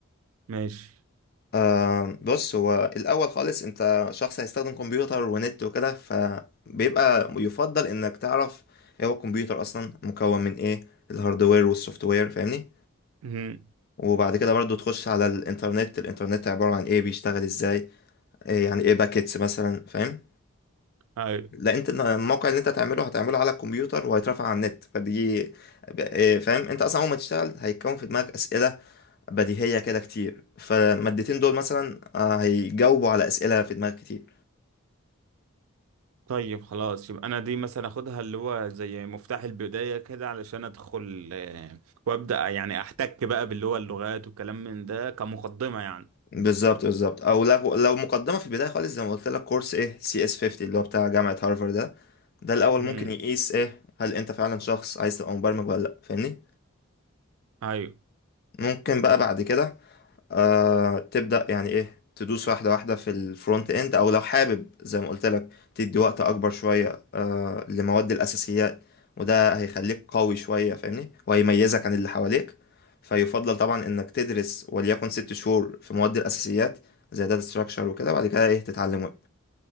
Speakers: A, on the right (about 80°); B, on the left (about 45°).
A: ماشي
B: آه، بص هو الاول خالص انت شخص هيستخدم كمبيوتر ونت وكده فبيبقى يفضل انك تعرف ايه هو الكمبيوتر اصلا مكون من ايه الهاردوير والسوفت وير فاهمني
A: مهم.
B: وبعد كده برضو تخش على الانترنت الانترنت عبارة عن ايه بيشتغل ازاي إيه يعني ايه باكيتس مثلا فاهم
A: ايوه
B: لا انت الموقع اللي انت هتعمله هتعمله على الكمبيوتر وهيترفع على النت فدي ب- إيه فاهم انت اصلا اول ما تشتغل هيتكون في دماغك اسئله بديهيه كده كتير فالمادتين دول مثلا آه، هيجاوبوا على اسئله في دماغك كتير
A: طيب خلاص يبقى انا دي مثلا اخدها اللي هو زي مفتاح البدايه كده علشان ادخل آه، وابدا يعني احتك بقى باللي هو اللغات والكلام من ده كمقدمه يعني
B: بالظبط بالظبط او لو لو مقدمه في البدايه خالص زي ما قلت لك كورس ايه سي اس 50 اللي هو بتاع جامعه هارفارد ده ده الاول
A: مهم.
B: ممكن يقيس ايه هل انت فعلا شخص عايز تبقى مبرمج ولا لا فاهمني
A: ايوه
B: ممكن بقى بعد كده آه تبدأ يعني ايه تدوس واحدة واحدة في الفرونت اند او لو حابب زي ما قلت لك تدي وقت اكبر شوية آه لمواد الاساسيات وده هيخليك قوي شوية فاهمني وهيميزك عن اللي حواليك فيفضل طبعا انك تدرس وليكن ست شهور في مواد الاساسيات زي داتا ستراكشر وكده بعد كده ايه تتعلم